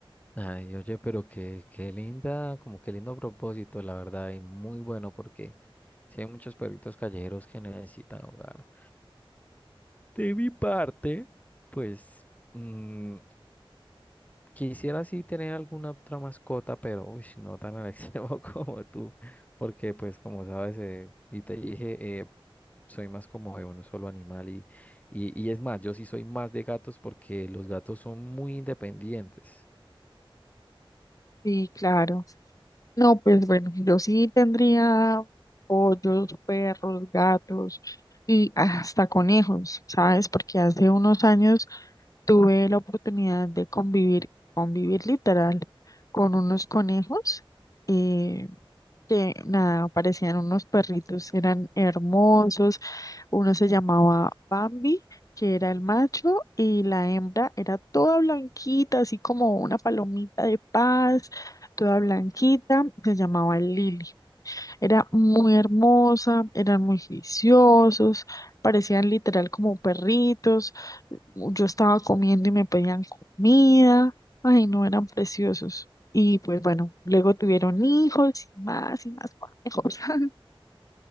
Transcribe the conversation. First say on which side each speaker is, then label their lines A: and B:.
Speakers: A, on the left (about 15°); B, on the left (about 40°).
A: Ay, oye, pero qué, qué linda, como qué lindo propósito, la verdad, y muy bueno porque si hay muchos perritos callejeros que necesitan hogar. De mi parte, pues... mm, Quisiera sí tener alguna otra mascota, pero uy, no tan al extremo <laughs> como tú, porque pues como sabes, eh, y te dije, eh, soy más como de un solo animal y, y, y es más, yo sí soy más de gatos porque los gatos son muy independientes.
B: Sí, claro. No, pues bueno, yo sí tendría pollos, perros, gatos y hasta conejos, ¿sabes? Porque hace unos años tuve la oportunidad de convivir, convivir literal, con unos conejos. eh, que nada, parecían unos perritos, eran hermosos. Uno se llamaba Bambi, que era el macho, y la hembra era toda blanquita, así como una palomita de paz, toda blanquita, se llamaba Lily. Era muy hermosa, eran muy juiciosos, parecían literal como perritos. Yo estaba comiendo y me pedían comida. Ay, no, eran preciosos. Y pues bueno, luego tuvieron hijos y más y más conejos. <laughs>